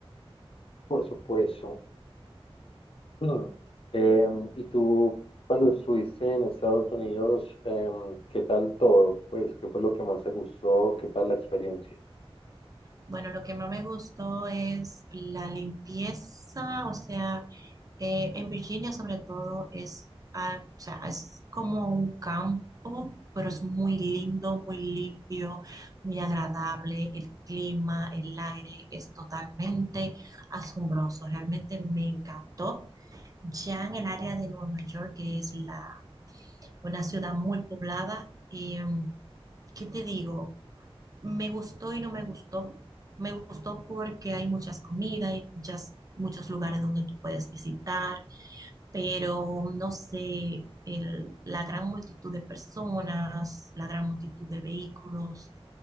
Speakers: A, on the left; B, on the right.
A: Por supuesto. Mm. Em, ¿y tú cuando estuviste en Estados Unidos, em, qué tal todo? Pues, ¿qué fue lo que más te gustó? ¿Qué tal la experiencia?
B: Bueno, lo que más me gustó es la limpieza, o sea, eh, en Virginia sobre todo es, ah, o sea, es como un campo, pero es muy lindo, muy limpio, muy agradable, el clima, el aire es totalmente asombroso, realmente me encantó. Ya en el área de Nueva York, que es la, una ciudad muy poblada, y, mm, ¿qué te digo? Me gustó y no me gustó. Me gustó porque hay muchas comidas, hay muchas, muchos lugares donde tú puedes visitar, pero no sé, el- la gran multitud de personas, la gran multitud de vehículos